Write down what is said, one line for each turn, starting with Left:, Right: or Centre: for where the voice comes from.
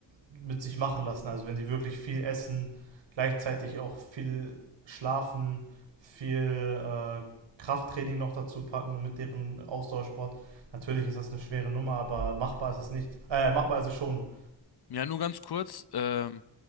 Right: mit sich machen lassen. Also wenn die wirklich viel essen, gleichzeitig auch viel schlafen, viel äh, Krafttraining noch dazu packen mit deren Ausdauersport. Natürlich ist das eine schwere Nummer, aber machbar ist es nicht. Äh, machbar ist es schon.
Left: Ja, nur ganz kurz, ähm,